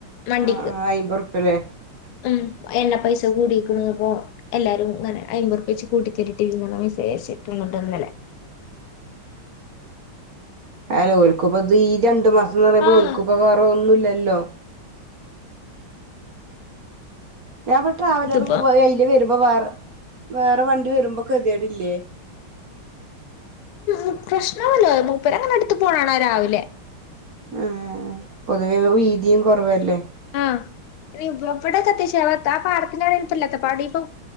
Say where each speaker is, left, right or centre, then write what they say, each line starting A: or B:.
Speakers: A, on the left (about 80°); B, on the right (about 55°).
A: വണ്ടിക്ക്
B: ആ ആ അയ്മ്പറുപ്പ്യല്ലേ
A: ഉം എണ്ണ പൈസ കൂടീക്ക്ണ് അപ്പോ എല്ലാരും അങ്ങനെ അയ്മ്പത്റുപെച്ച് കൂട്ടി തരിട്ടിന്ന് മെസ്സേജ് അയച്ചിട്ടുണ്ട് ഇന്നലെ
B: അലരുക്കും ഇപ്പത് ഈ രണ്ടു മാസം പറുമ്പോക്ക
A: ആഹ്
B: ഇപ്പ വേറെ ഒന്നുമില്ല ലല്ലോ ഞാൻ അപ്പൊ ട്രാവലർ
A: ഇതിപ്പോ
B: അയിയില് വരുമ്പോ വേറെ വേറെ വണ്ടി വരുമ്പോ കതിയടല്ലേ
A: ഉ പ്രശ്നവല്ലോ മൂപ്പര് അങ്ങനെ അടുത്ത് പോണാണോ രാവിലെ
B: ആ പൊതുവേ വീതിയും കുറവല്ലേ
A: ആഹ് ഇവിടെക്കത്യാശ ആ പാടത്തിന്റെനല്ലാത്ത പാടി ഇപ്പ